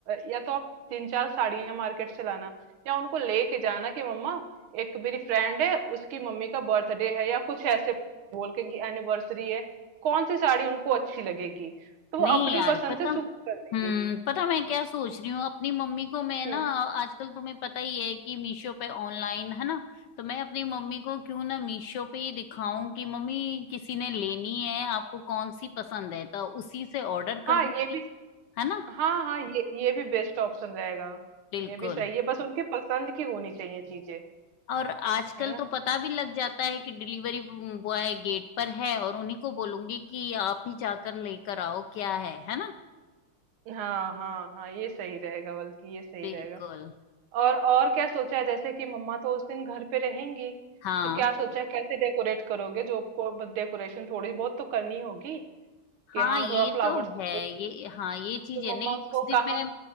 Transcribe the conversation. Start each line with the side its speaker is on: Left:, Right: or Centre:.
Right: या तो आप तीन चार साड़ियां मार्केट से लाना या उनको लेके जाना कि मम्मा एक मेरी फ्रेंड है उसकी मम्मी का बर्थडे है या कुछ ऐसे बोल के कि एनिवर्सरी है कौन सी साड़ी उनको अच्छी लगेगी तो वो
Left: नहीं
Right: अपनी
Left: यार
Right: पसंद
Left: पता
Right: से चूज कर देंगे
Left: हम्म पता मैं क्या सोच रही हूँ अपनी मम्मी को मैं
Right: हम्म
Left: ना आजकल तुम्हें पता ही है कि मीशो पे ऑनलाइन है ना तो मैं अपनी मम्मी को क्यों ना मीशो पे ही दिखाऊं कि मम्मी किसी ने लेनी है आपको कौन सी पसंद है तो उसी से ऑर्डर कर
Right: हाँ
Left: दूंगी
Right: ये भी
Left: है ना
Right: हाँ हाँ ये ये भी बेस्ट ऑप्शन रहेगा
Left: बिल्कुल
Right: ये भी सही है बस उनके पसंद की होनी चाहिए चीजें
Left: और आजकल
Right: है ना
Left: तो पता भी लग जाता है कि डिलीवरी बॉय गेट पर है और उन्हीं को बोलूंगी कि आप ही जाकर लेकर आओ क्या है है ना
Right: हाँ हाँ हाँ ये सही रहेगा बल्कि ये सही
Left: बिल्कुल
Right: रहेगा और और क्या सोचा है जैसे कि मम्मा तो उस दिन घर पे रहेंगी
Left: हाँ
Right: तो क्या सोचा है कैसे डेकोरेट करोगे जो आपको डेकोरेशन थोड़ी बहुत तो करनी होगी
Left: हाँ
Right: कि हाँ
Left: ये
Right: थोड़ा फ्लावर
Left: तो
Right: से कुछ
Left: है ये हाँ ये चीज
Right: तो
Left: है
Right: मम्मा
Left: नहीं उस
Right: को
Left: दिन
Right: कहा
Left: मैं